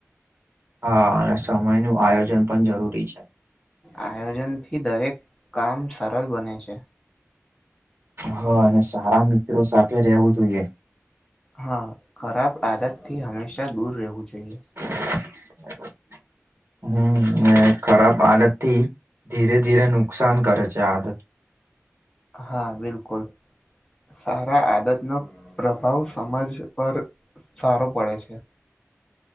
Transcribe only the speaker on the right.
હા અને સમય નું આયોજન પણ જરૂરી છે.
હા અને સારા મિત્રો સાથે રહેવું જોઈએ.
<inaudible> હમ ને ખરાબ આદત થી ધીરે ધીરે નુકસાન કરે છે આદત.